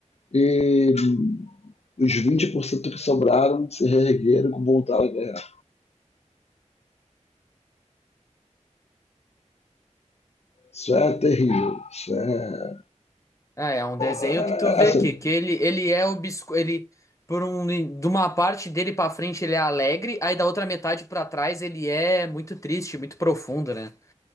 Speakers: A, on the left; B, on the left.
A: e os 20% que sobraram se reergueram e voltaram à guerra. Isso é terrível. Isso é,
B: É, é um desenho
A: é,
B: que tu vê
A: é assim,
B: que que ele, ele é obscuro, ele por um de uma parte dele pra frente ele é alegre, aí da outra metade pra trás ele é muito triste, muito profundo, né?